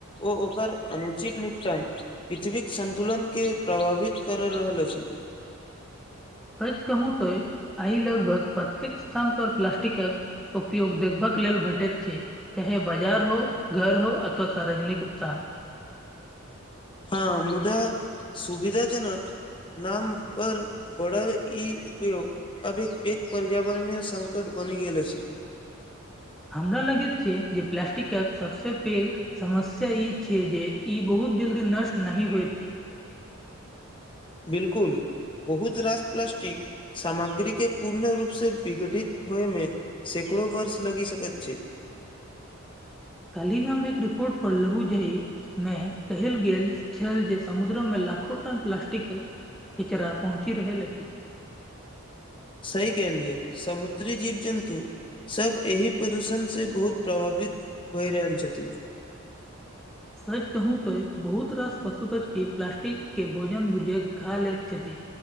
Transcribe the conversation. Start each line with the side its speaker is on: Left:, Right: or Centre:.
Left: ओ ओकर अनुचित निपटन पृथ्वीक संन्तुलनके प्रभावित कर रहल अछि
Centre: सच कहू तो आई लगभग प्रत्येक स्थान पर प्लास्टिकक उपयोग देखभ के लेल भेटैत छै चाहे बाजार हो घर हो अथवा सार्वजनिक स्थान
Left: हँ मुदा सुविधाजनक नाम पर बढ़ल ई उपयोग अब एक पेेग पर्यावरणय संकट बनि गेल अछि
Centre: हमरा लगैत छै जे प्लास्टिक सबसे पैघ समस्या ई छै जे ई बहुत जल्दी नष्ट नहि होइत छै
Left: बिलकुल बहुत रास प्लास्टिक सामाग्रीके पूर्ण रूपसँ विघटित होइमे सैकड़ो वर्ष लगि सकैत छै
Centre: कल्हि हम एक रिपोर्ट पढ़लहुं जेहि मे कहल गेल छल जे समुद्रमे लाखो टन प्लास्टिकक किचरा पहुँची रहल अछि
Left: सही केलिय समुद्री जीव जन्तु सभ एहि प्रदूषणसँ बहुत प्रभावित भए रहल छथिन
Centre: सच कहू तो बहुत रास पशु पक्षी प्लास्टिक के भोजन भुजक खा लेैत छथि